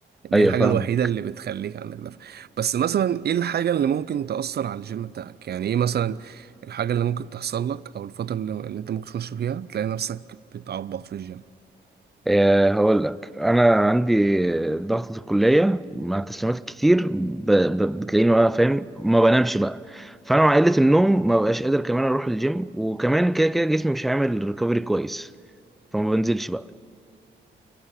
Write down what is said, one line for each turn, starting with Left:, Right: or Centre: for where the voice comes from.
Right: دي
Centre: ايوه
Right: الحاجة
Centre: فاهمك
Right: الوحيدة اللي بتخليك عندك دفع بس مثلا إيه الحاجة اللي ممكن تأثر على الجيم بتاعك؟ يعني إيه مثلا الحاجة اللي ممكن تحصل لك أو الفترة اللي اللي أنت ممكن تخش فيها تلاقي نفسك بتعبط في الجيم
Centre: آه، هقول لك انا عندي ضغطة الكلية مع التسليمات الكتير ب... ب... بتلاقيني بقى فاهم ما بنامش بقى فانا مع قلة النوم ما بقاش قادر كمان اروح الجيم وكمان كده كده جسمي مش هيعمل ريكفري كويس فما بنزلش بقى